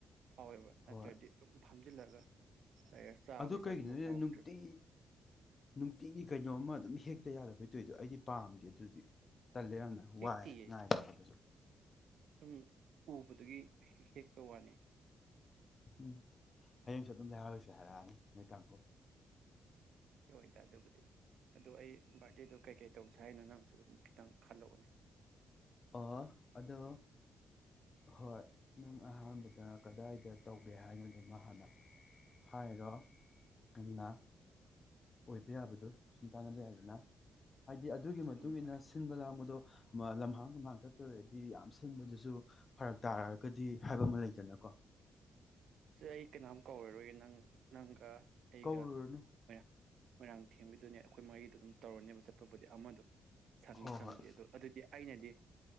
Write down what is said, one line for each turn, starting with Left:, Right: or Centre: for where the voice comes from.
Right: ꯐꯥꯎꯋꯦꯕ ꯅꯠꯇ꯭ꯔꯗꯤ
Left: ꯍꯣꯏ
Right: ꯑꯗꯨꯝ ꯐ ꯐꯝꯖꯤꯜꯂꯒ ꯂꯩꯔ ꯆꯥꯕꯗꯤ
Left: ꯑꯗꯨ ꯀꯩꯒꯤꯅꯣꯗ
Right: ꯆꯥꯅꯤꯡꯕ ꯐꯥꯎꯔꯛꯇ꯭ꯔꯦ
Left: ꯅꯨꯡꯇꯤ ꯅꯨꯡꯇꯤꯒꯤ ꯀꯩꯅꯣꯝꯃ ꯑꯗꯨꯝ ꯍꯦꯛ ꯇ ꯌꯥꯗꯕꯩ ꯇꯧꯏꯗꯣ ꯑꯩꯗꯤ ꯄꯥꯝꯗꯦ ꯑꯗꯨꯗꯤ ꯇꯜꯂꯦ ꯌꯥꯝꯅ
Right: ꯍꯦꯛꯇꯤꯌꯦ
Left: ꯋꯥꯏꯑꯦ ꯉꯥꯏꯒꯕꯗꯁꯨ
Right: ꯁꯨꯝ ꯎꯕꯗꯒꯤ ꯍꯦꯛꯄ ꯋꯥꯅꯦ
Left: ꯎꯝ ꯍꯌꯦꯡꯁꯨ ꯑꯗꯨꯝ ꯂꯩꯍꯧꯔꯁꯦ ꯍꯥꯏꯔꯛꯑꯅꯤ ꯅꯣꯏ ꯀꯥꯡꯕꯨ
Right: ꯎꯝ ꯍꯣꯏꯗ ꯑꯗꯨꯕꯨꯗꯤ ꯑꯗꯣ ꯑꯩ ꯕꯥꯔꯗꯦꯗꯣ ꯀꯩꯀꯩ ꯇꯧꯖꯦ ꯁꯥꯏꯅ ꯅꯪꯁꯨ ꯑꯗꯨꯝ ꯈꯤꯇꯪ ꯈꯜꯂꯛꯑꯣꯅꯦ
Left: ꯑꯣ ꯑꯗꯨ ꯍꯣꯏ ꯅꯪ ꯑꯍꯥꯟꯕꯒꯤ ꯀꯗꯥꯏꯗ ꯇꯧꯒꯦ ꯍꯥꯏꯅꯣꯗꯨꯃ ꯍꯥꯟꯅ ꯍꯥꯏꯔꯣ ꯅꯪꯅ ꯑꯣꯏꯕ ꯌꯥꯕꯗꯨ ꯁꯨꯝ ꯇꯥꯟꯅꯕ ꯌꯥꯏꯗꯅ ꯍꯥꯏꯗꯤ ꯑꯗꯨꯒꯤ ꯃꯇꯨꯡ
Right: ꯎꯝ
Left: ꯏꯟꯅ ꯁꯤꯟꯕ ꯂꯥꯡꯕꯗꯣ ꯃ ꯂꯝꯍ ꯑꯥ ꯃꯃꯥꯡ ꯆꯠꯇꯣꯏ ꯑꯣꯏꯔꯗꯤ ꯌꯥꯝ ꯁꯤꯟꯕꯗꯨꯁꯨ ꯐꯔꯛ ꯇꯥꯔꯒꯗꯤ ꯍꯥꯏꯕ ꯑꯃ ꯂꯩꯗꯅꯀꯣ
Right: ꯁꯦ ꯑꯩ ꯀꯅꯥꯝ ꯀꯧꯔꯔꯣꯏꯒꯦ ꯅꯪ ꯅꯪꯒ ꯑꯩꯒ
Left: ꯀꯧꯔꯨꯔꯅꯨ
Right: ꯃꯌꯥꯝ ꯃꯣꯏꯔꯥꯡ ꯊꯦꯡꯕꯤꯗꯨꯅꯦ ꯑꯩꯈꯣꯏ ꯃꯔꯤꯗꯣ ꯑꯗꯨꯝ ꯇꯧꯔꯅꯦꯕ ꯆꯠꯄꯕꯨꯗꯤ ꯑꯃꯗꯣ ꯁꯪꯉꯤ
Left: ꯍꯣꯏ
Right: ꯁꯪꯗꯦ
Left: ꯍꯣꯏ
Right: ꯑꯗꯨ ꯑꯗꯨꯗꯤ ꯑꯩꯅꯗꯤ